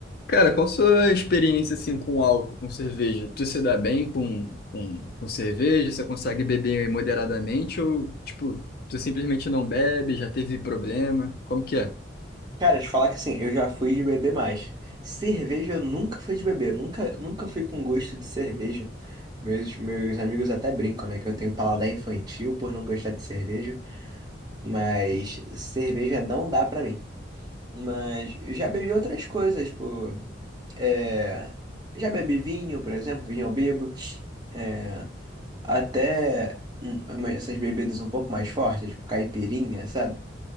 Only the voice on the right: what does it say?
Cara, te falar que assim, eu já fui de beber mais. Cerveja eu nunca fui de beber, nunca, nunca fui com gosto de cerveja. Meus, meus amigos até brincam, né, que eu tenho paladar infantil por não gostar de cerveja, mas cerveja não dá pra mim. Mas já bebi outras coisas, pô. É, já bebi vinho, por exemplo, vinho eu bebo. É, até hum, essas bebidas um pouco mais fortes, tipo caipirinha, sabe?